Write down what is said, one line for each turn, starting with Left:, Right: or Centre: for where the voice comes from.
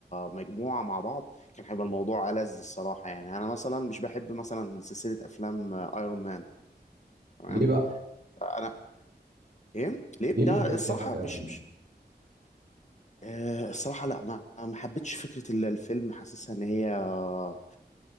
Left: مجموعة مع بعض كان هيبقى الموضوع ألذ الصراحة يعني أنا مثلا مش بحب مثلا سلسلة أفلام أيرون مان تمام
Right: ليه بقى
Left: أنا إيه ليه؟
Right: ليه
Left: لا
Right: مش بيعجبك
Left: الصراحة
Right: يا
Left: مش
Right: أرمين؟
Left: مش آه، الصراحة لا ما ما حبيتش فكرة ال- الفيلم حاسسها إن هي آه،